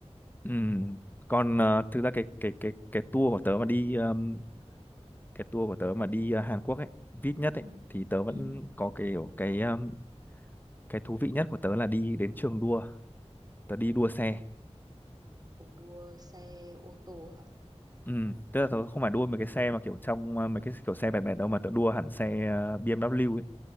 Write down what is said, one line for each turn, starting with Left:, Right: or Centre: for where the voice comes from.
Left: Ừ. Còn ờ, thực ra cái cái cái cái tour của tớ mà đi ờm, cái tour của tớ mà đi ờ, Hàn Quốc ấy, vip nhất
Right: Ừ.
Left: ấy thì tớ vẫn
Right: Ừ.
Left: có cái kiểu cái ờm, cái thú vị nhất của tớ là đi đến trường đua, tớ đi đua xe.
Right: Ủa đua xe ô tô hả?
Left: Ừ, tức là tớ không
Right: Ừ.
Left: phải đua mấy cái xe mà kiểu trong ờ, mấy cái kiểu xe bẹt bẹt đâu mà tớ đua hẳn xe
Right: Ừ.
Left: ờ, BMW ấy,